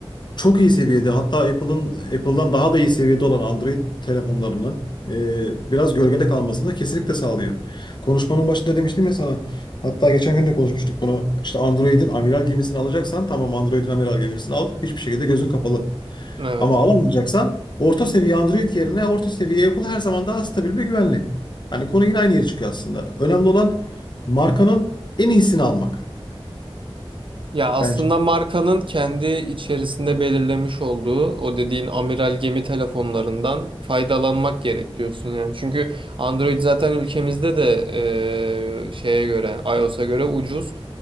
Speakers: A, on the left; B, on the right.
A: çok iyi seviyede hatta Apple'ın Apple'dan daha da iyi seviyede olan Android telefonlarının e, biraz gölgede kalmasını kesinlikle sağlıyor. Konuşmanın başında demiştim ya sana. Hatta geçen gün de konuşmuştuk bunu. İşte Android'in amiral gemisini alacaksan tamam Android'in amiral gemisini al. Hiçbir şekilde gözün kapalı.
B: Evet.
A: Ama alamayacaksan orta seviye Android yerine orta seviye Apple her zaman daha stabil ve güvenli. Hani konu yine aynı yere çıkıyor aslında. Önemli olan markanın en iyisini almak
B: Ya aslında
A: bence.
B: markanın kendi içerisinde belirlemiş olduğu o dediğin amiral gemi telefonlarından faydalanmak gerek diyorsun yani. Çünkü Android zaten ülkemizde de eee, şeye göre iOS'a göre ucuz.